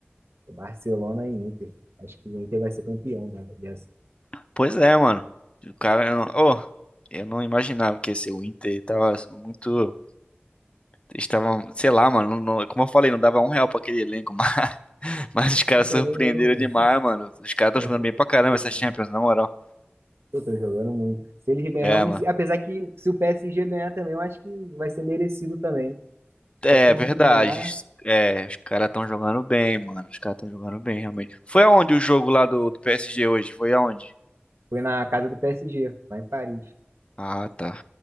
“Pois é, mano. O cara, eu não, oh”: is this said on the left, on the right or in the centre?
Left